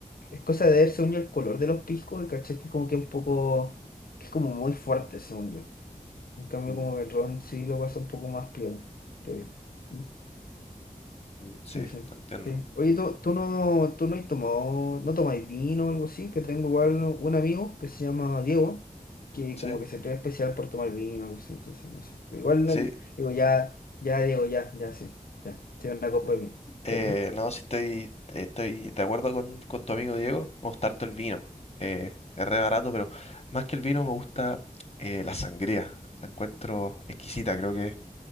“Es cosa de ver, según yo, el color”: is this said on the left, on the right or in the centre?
Left